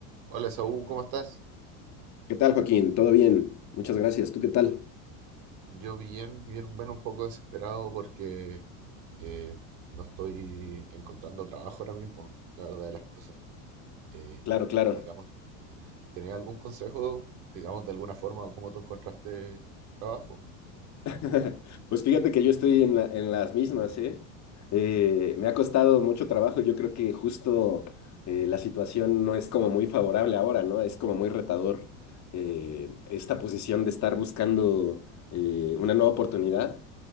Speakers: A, on the right (about 70°); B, on the left (about 40°).
A: Hola Saúl, ¿cómo estás?
B: ¿Qué tal, Joaquín? ¿Todo bien? Muchas gracias. ¿Tú qué tal?
A: Yo bien, bien, bueno, un poco desesperado porque eh, no estoy encontrando trabajo ahora mismo, la verdad de las cosas. Eh,
B: Claro, claro.
A: digamos, ¿tenés algún consejo, digamos, de alguna forma, cómo tú encontraste trabajo?
B: <laughs> Pues fíjate que yo estoy en la- en las mismas, ¿eh? Eh, me ha costado mucho trabajo. Yo creo que justo eh, la situación no es como muy favorable ahora, ¿no? Es como muy retador eh, esta posición de estar buscando eh, una nueva oportunidad.